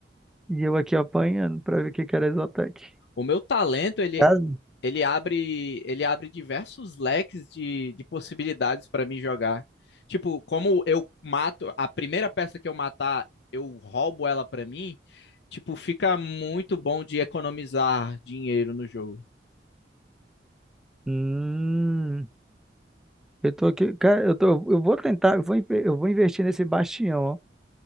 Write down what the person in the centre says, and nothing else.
e eu aqui apanhando pra ver o que que era Isotec.
Ah,
Hum, eu tô aqui, cara, eu tô, eu vou tentar, eu vou, inve- eu vou investir nesse bastião, ó.